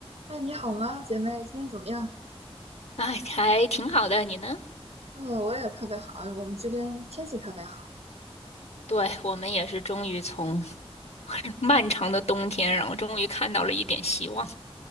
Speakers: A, on the right; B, on the left.
A: 嗨，你好吗，姐妹？今天怎么样？
B: 哎，还挺好的，你呢？
A: 嗯，我也特别好。我们这边天气特别好。
B: 对，我们也是终于从 <laughs> 漫长的冬天，然后终于看到了一点希望。